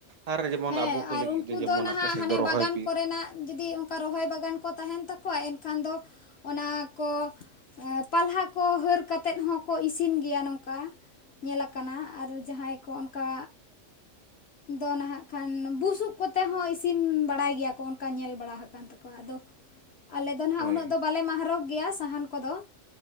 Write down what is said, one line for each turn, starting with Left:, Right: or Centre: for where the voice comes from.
Right: ᱟᱨ ᱡᱮᱢᱚᱱ
Left: ᱦᱮᱸ
Right: ᱟᱵᱚ ᱠᱚ
Left: ᱟᱨ
Right: ᱞᱟᱹᱜᱤᱫ
Left: ᱩᱱᱠᱩ
Right: ᱡᱮᱢᱚᱱ
Left: ᱫᱚ ᱱᱟᱦᱟᱜ
Right: ᱟᱯᱮ ᱥᱮᱫ
Left: ᱦᱟᱱᱮ
Right: ᱫᱚ ᱨᱚᱦᱚᱭ
Left: ᱵᱟᱜᱟᱱ
Right: ᱵᱤᱨ
Left: ᱠᱚᱨᱮᱱᱟᱜ ᱡᱩᱫᱤ ᱚᱱᱠᱟ ᱨᱚᱦᱚᱭ ᱵᱟᱜᱟᱱ ᱠᱚ ᱛᱟᱦᱮᱱ ᱛᱟᱠᱚᱣᱟ ᱮᱱᱠᱷᱟᱱ ᱫᱚ ᱚᱱᱟ ᱠᱚ ᱯᱟᱞᱦᱟ ᱠᱚ ᱦᱟᱹᱨ ᱠᱟᱛᱮᱫ ᱦᱚᱸᱠᱚ ᱤᱥᱤᱱ ᱜᱮᱭᱟ ᱱᱚᱝᱠᱟ ᱧᱮᱞ ᱟᱠᱟᱱᱟ ᱟᱨ ᱡᱟᱦᱟᱸᱭ ᱠᱚ ᱚᱱᱠᱟ ᱫᱚ ᱱᱟᱦᱟᱜ ᱠᱷᱟᱱ ᱵᱩᱥᱩᱵ ᱠᱚᱛᱮ ᱦᱚᱸ ᱤᱥᱤᱱ ᱵᱟᱲᱟᱭ ᱜᱮᱭᱟ ᱠᱚ ᱚᱱᱠᱟ ᱧᱮᱞ ᱵᱟᱲᱟ ᱟᱠᱟᱱ ᱛᱟᱠᱚᱣᱟ ᱟᱫᱚ ᱟᱞᱮ ᱫᱚ ᱱᱟᱦᱟᱜ
Right: ᱦᱳᱭ
Left: ᱩᱱᱟᱹᱜ ᱫᱚ ᱵᱟᱞᱮ ᱢᱟᱦᱚᱠ ᱜᱮᱭᱟ ᱥᱟᱦᱟᱱ ᱠᱚᱫᱚ